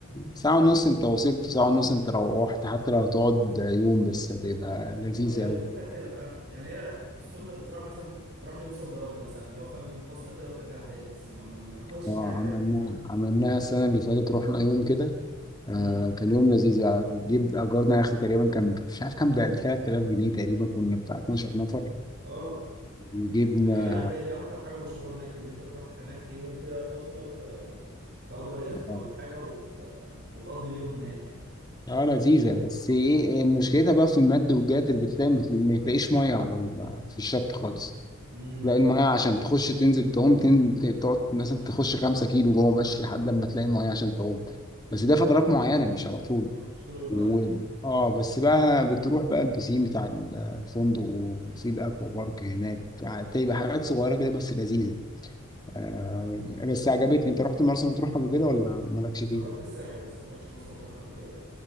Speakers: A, on the left (about 20°); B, on the right (about 50°).
A: ساعة ونص انت وصلت ساعة ونص انت روحت حتى لو هتقعد يوم بس هتبقى لذيذة
B: اه هي ميزتها
A: أوي
B: كده فعلا يعني هي السخنه تتراح مثلا ممكن تروح يوم صد رد مثلا اللي هو فاهم يوم فاصله كده وترجع تاني بس ما ما, ما تاخدش فيها
A: آه،
B: اجازه
A: عملناها
B: فاهم
A: عملناها السنة اللي فاتت رحنا يوم كده آه
B: امم
A: كان يوم لذيذ يعني جيب اجرنا يا اخي تقريبا كان مش عارف كان ب 3000 جنيه تقريبا كنا بتاع 12 نفر
B: اه
A: وجبنا
B: هي هي دي اكتر حاجه مشهوره هناك ان انت تروح هناك يوم كده فاصله ت- تأجر يخت
A: اه
B: ولا حاجه وت... وتقضي اليوم هناك يعني
A: آه، لذيذه بس ايه إيه مشكلتها بقى في المد والجزر بتلاقي ما تل- ما تلاقيش ميه على ال... في الشط خالص
B: امم
A: تلاقي الميه عشان تخش تنزل تعوم تن... تقعد مثلا تخش 5 كيلو جوه ماشي لحد لما تلاقي ميه عشان تعوم بس ده فترات معينه مش على طول
B: اه مش طول الوقت
A: و...
B: يعني
A: اه بس بقى بتروح بقى البسين بتاع ال- الفندق وفي الاكوا بارك هناك بتبقى حاجات صغيره كده بس لذيذه آه بس عجبتني انت رحت مرسى مطروح قبل كده ولا مالكش فيه؟
B: انا رحت الساحل بس ما رحتش مرسى مطروح قبل كده لا